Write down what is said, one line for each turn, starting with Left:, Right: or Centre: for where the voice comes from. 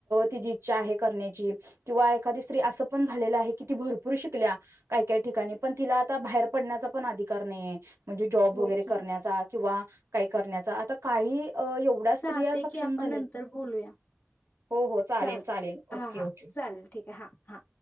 Right: तिची इच्छा आहे करण्याची की किंवा एखादी स्त्री असं पण झालेले आहे की भरपूर शिकल्या काय काय ठिकाणी पण तिला आता बाहेर बाहेर पडण्याचा पण अधिकार नाहीय म्हणजे जॉब
Left: होय
Right: वगैरे
Left: की
Right: करण्याचा किंवा काही करण्याचा आता काहीही अ एवढ्या स्त्रिया
Left: चालते
Right: सक्षम
Left: की आपण
Right: झालयात
Left: नंतर बोलूया
Right: हो हो चालेल
Left: चालत
Right: चालेल
Left: हा
Right: ओके
Left: हा
Right: ओके
Left: चालेल ठीक आहे हा हा